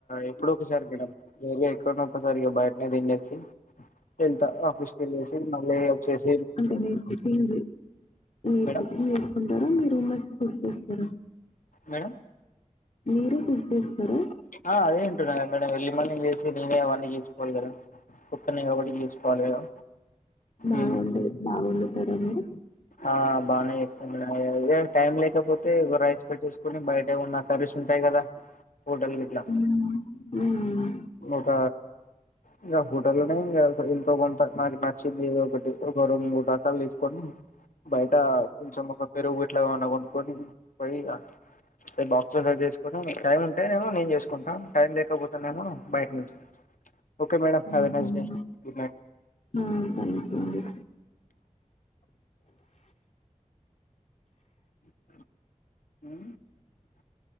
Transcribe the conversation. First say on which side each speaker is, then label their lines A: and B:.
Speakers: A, on the left; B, on the left.
A: ఎప్పుడో ఒకసారి మేడం. రేర్గా ఎక్కడ్నో ఒక్కసారిగా బయటనే తినేసి వెళ్తా. ఆఫీస్కెల్లేసి మళ్లి ఈడ చేస్
B: అంటె! మీర్ టిఫిన్ ది, మీర్
A: మేడం
B: టి ఫిన్ చేసుకుంటార మీరు? మర్చిపోయి చేస్తారా?
A: మేడం?
B: మీరే కుక్ చేస్తారా
A: ఆ అదే అంటున్నా గదా మేడం ఎర్లీ మార్నింగ్ లేసి నేనే అవన్నీ చె సుకోవాలి కదా! ఓక్కనే కాబట్టి చేసుకోవాలి కదా!
B: బాగుండదు,
A: ఉమ్,
B: బాగుండదు. మరెందు
A: ఆ బానే చేస్తాం మేడం. ఎవరైన టైమ్ లేకపోతే రైస్ పెట్టేసుకొని బయట ఏమన్న కర్రీస్ ఉంటాయి కదా! హోటల్ గిట్ల,
B: మ్ మ్
A: ఒక ఇంగ హోటల్ లోనే ఇంగ ఎంతో కొంత నాకు నచ్చింది, ఏదొ ఒకటి, ఒక రెండు మూడు రకాలు తీసుకొని, బయట కొంచెం ఒక పెరుగు, ఇట్ల ఏమన్న కొన్ కొన్ పొయ్యి ఇగ, అంటె బాక్స్ లో సర్దేస్ కొనోను టైం ఉంటేనేమో, నేన్ చేసుకుంటాం టైం లేకపోతనేమో, బయట నుంచి ఓకే మేడం
B: మ్మ్
A: హ్యావ్ ఎ
B: హు.
A: నైస్ డే గుడ్
B: ఆ పడుకోండి.
A: మ్